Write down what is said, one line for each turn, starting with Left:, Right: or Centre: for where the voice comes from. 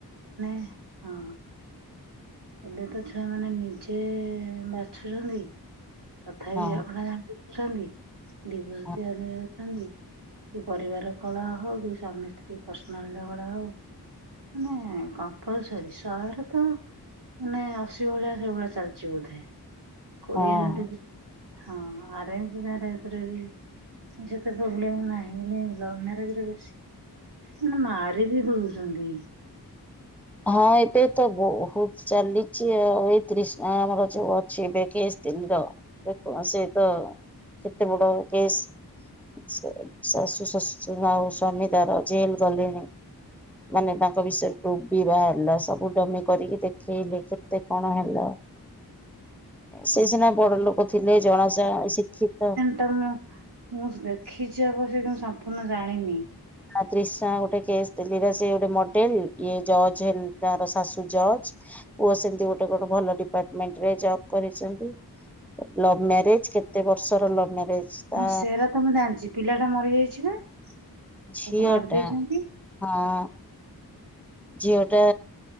Right: ନାଇଁ ହଁ। ଏବେ ତ ଛୁଆମାନେ ନିଜେ ବାଛୁଛନ୍ତି। ତଥାପି
Centre: ହଁ
Right: ଝଗଡ଼ା ଜାଣୁଛନ୍ତି ଡିଭୋସ
Centre: ହଁ
Right: ଦିଆ ଦି ସେ ପରିବାର କଳହ ହଉ କି ସ୍ବାମୀ ସ୍ତ୍ରୀ ପର୍ସନାଲ ଝଗଡ଼ା ହଉ ମାନେ କମ୍ପଲସରୀ ସହେ ରୁ ତ ମାନେ ଅଶୀ ଭଳିଆ ସେଇଭଳିଆ ଚାଲିଚି ବୋଧେ କୋଡିଏ
Centre: ହଁ
Right: ଯଦି ହଁ ଆରେଞ୍ଜ ମ୍ୟାରେଜ୍ ରେ ବି ଯେତେ ପ୍ରୋବ୍ଲେମ ନାହିଁ ଲଭ ମ୍ୟାରେଜରେ ବେଶୀ। ମାନେ ମାରି ବିି ଦଉଚନ୍ତି।
Centre: ହଁ ଏବେ ତ ବହୁତ ଚାଲିଚି ଆଉ ଏଇ ତ୍ରିଷ୍ଣା ଆମର ଯୋଉ ଅଛି ବେକିଏସ୍ ତିନ୍ଦ ଦେଖୁନ ସେ ତ କେତେ ବଡ କେସ୍? ସେ ଶାଶୁ ଶ୍ୱଶୁର ଆଉ ସ୍ବାମୀ ତାର ଜେଲ ଗଲେଣି। ମାନେ ତାଙ୍କ ବିଷୟରେ କ ବିବାହ ହେଲା ସବୁ ଡମି କରିକି ଦେଖେଇଲେ କେତେ କଣ ହେଲା? ସେ ସିନା ବଡ ଲୋକ ଥିଲେ ଜଣାଶା ଶିକ୍ଷିତ
Right: ତ ମୁଁ ଦେଖିଛି ଅବଶ୍ୟ କିନ୍ତୁ ସମ୍ପୂର୍ଣ୍ଣ ଜାଣିନି।
Centre: ତ୍ରିଷାଟା ଗୋଟେ କେସ୍ ଦିଲ୍ଲୀର ସେ ଗୋଟେ ମଡେଲ ଇଏ ଜଜ ହେ ତାର ଶାଶୁ ଜଜ। ପୁଅ ସେମିତି ଗୋଟେ କଣ ଡିପାର୍ଟମେଣ୍ଟରେ ଜବ କରିଛନ୍ତି? ଲଭ ମ୍ୟାରେଜ କେତେ ବର୍ଷର ଲଭ୍ ମ୍ୟାରେଜ? ତା
Right: ହଁ ସେରା ତ ମୁଁ ଜାଣିଛି ପିଲାଟା ମରିଯାଇଛି ବା
Centre: ଝିଅଟା
Right: ତାକୁ ମାରି ଦେଇଛନ୍ତି
Centre: ହଁ ଝିଅଟା